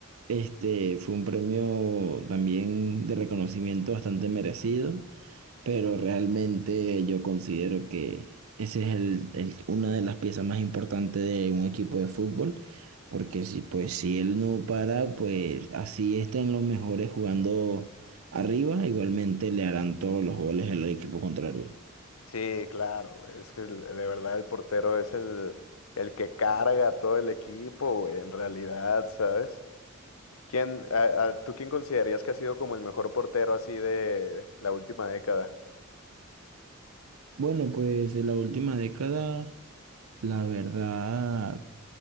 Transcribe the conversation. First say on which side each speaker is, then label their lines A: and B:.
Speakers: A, on the right; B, on the left.
A: este fue un premio también de reconocimiento bastante merecido, pero realmente yo considero que ese es el, el- una de las piezas más importantes de un equipo de fútbol, porque si pues si él no para, pues así estén los mejores jugando arriba, igualmente le harán todos los goles al equipo contrario.
B: Sí, claro, güey, es que el- de verdad el portero es el, el que carga a todo el equipo, güey, en realidad, ¿sabes? ¿Quién, a- a- tú quién considerarías que ha sido como el mejor portero así de la última década?
A: Bueno, pues de la última década, la verdad,